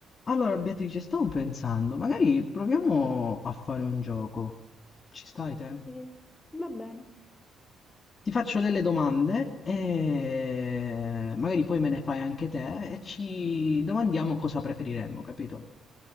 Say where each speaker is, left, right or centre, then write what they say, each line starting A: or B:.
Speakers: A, on the left; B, on the left.
A: Allora, Beatrice, stavo pensando, magari proviamo a fare un gioco. Ci stai te?
B: Sì, va bene.
A: Ti faccio delle domande e magari poi me ne fai anche te e ci domandiamo cosa preferiremmo, capito?